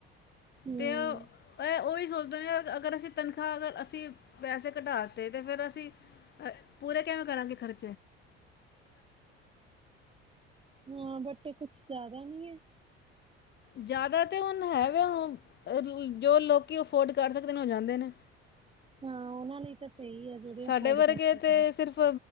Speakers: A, on the right; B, on the left.
A: ਹੂੰ,
B: ਤੇ ਉਹੀ ਸੋਚ ਦੁ ਅਗਰ ਅਸੀਂ ਤਨਖਾਹ ਅਗਰ ਅਸੀਂ ਪੈਸੇ ਕਟਾਤੇ ਤੇ ਫੇਿਰ ਅਸੀਂ ਪੂਰੇ ਕਿਵੇਂ ਕਰਾਂਗੇ ਖਰਚ
A: ਹਾਂ ਬ ਤੇ ਕੁਛ ਜ਼ਿਆਦਾ ਨੀ ਹੈ
B: ਜ਼ਿਆਦਾ ਤੇ ਹੁਣ ਹੈ ਹੁ ਜੋ ਲੋਕੀ ਅਫੋਰਡ ਕਰ ਸਕਦੇ ਨੇ ਉਹ ਜਾਂਦੇ ਨੇ
A: ਹ ਉਹਨਾਂ ਲਈ ਤਾਂ ਸਹੀ ਆ ਜਿਹੜੇ
B: ਸਾਡੇ
A: ਅਫੋਰਡ
B: ਵਰਗੇ
A: ਕਰ ਸਕਦੇ।
B: ਤੇ ਸਿਰਫ਼